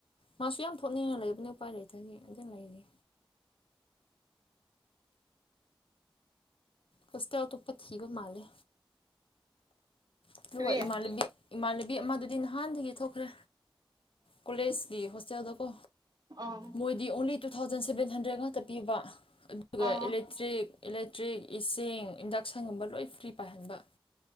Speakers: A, on the left; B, on the right.
A: ꯃꯥꯁꯨ ꯌꯥꯝ ꯊꯣꯛꯅꯤꯡꯅ ꯂꯩꯕꯅꯤ ꯎꯄꯥꯏ ꯂꯩꯇꯒꯤ ꯑꯗꯨ ꯂꯩꯔꯤ ꯍꯣꯁꯇꯦꯜ ꯑꯇꯣꯞꯄ ꯊꯤꯕ ꯃꯥꯜꯂꯦ ꯑꯗꯨꯒ
B: ꯀꯔꯤ ꯑꯣ
A: ꯏꯃꯥꯟꯅꯕꯤ ꯏꯃꯥꯟꯅꯕꯤ ꯑꯃꯗꯨꯗꯤ ꯅꯍꯥꯟꯗꯒꯤ ꯊꯣꯛꯈ꯭ꯔꯦ ꯀꯣꯂꯦꯁꯀꯤ ꯍꯣꯁꯇꯦꯜꯗ ꯀꯣ
B: ꯑꯣ
A: ꯃꯣꯏꯗꯤ ꯑꯣꯡꯂꯤ ꯇꯨ ꯊꯥꯎꯖꯟ ꯁꯚꯦꯟ ꯍꯟꯗ꯭ꯔꯦꯗ ꯉꯥꯛꯇ ꯄꯤꯕ ꯑꯗꯨꯒ
B: ꯑꯣ
A: ꯏꯂꯦꯛꯇ꯭ꯔꯤꯛ ꯏꯂꯦꯛꯇ꯭ꯔꯤꯛ ꯏꯁꯤꯡ ꯏꯟꯗꯛꯁꯟꯒꯨꯝꯕ ꯂꯣꯏ ꯐ꯭ꯔꯤ ꯄꯥꯏꯍꯟꯕ